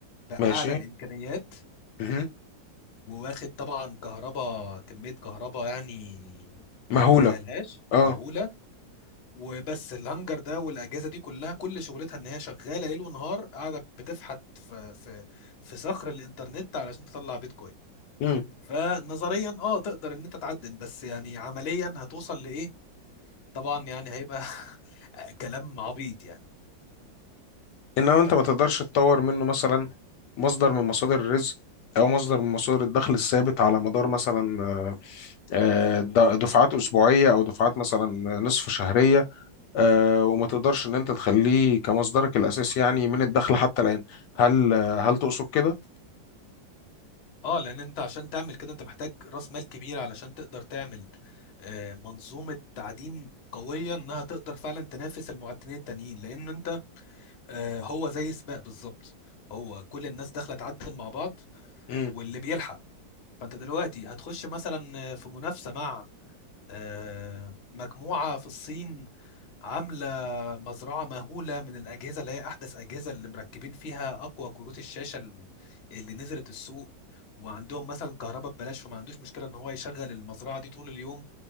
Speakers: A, on the left; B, on the left.
A: باعلى
B: ماشي
A: الامكانيات
B: مهم.
A: وواخد طبعا كهرباء كميه كهرباء يعني
B: مهولة
A: ما نتخيلهاش
B: اه
A: مهوله وبس الهانجر ده والاجهزه دي كلها كل شغلتها ان هي شغاله ليل ونهار قاعده بتفحت في في في صخر الانترنت علشان تطلع بيتكوين
B: مم.
A: فنظريا اه تقدر ان انت تعدل بس يعني عمليا هتوصل لايه طبعا يعني هيبقى <laughs> كلام عبيط يعني
B: انما انت ما تقدرش تطور منه مثلا مصدر من مصادر الرزق او مصدر من مصادر الدخل الثابت على مدار مثلا آه، آه، د- دفعات اسبوعيه او دفعات مثلا نصف شهريه آه، وما تقدرش ان انت تخليه كمصدرك الاساسي يعني من الدخل حتى الان هل هل تقصد كده؟
A: اه لان انت عشان تعمل كده انت محتاج راس مال كبير علشان تقدر تعمل آه، منظومه تعدين قويه انها تقدر فعلا تنافس المعدنين التانيين لان انت آه، هو زي سباق بالظبط هو كل الناس داخله تعدل مع بعض
B: مم.
A: واللي بيلحق فانت دلوقتي هتخش مثلا في منافسه مع آه، مجموعة في الصين عاملة مزرعة مهولة من الأجهزة اللي هي أحدث أجهزة اللي مركبين فيها أقوى كروت الشاشة ال- اللي نزلت السوق وعندهم مثلا كهرباء ببلاش فما عندوش مشكلة إن هو يشغل المزرعة دي طول اليوم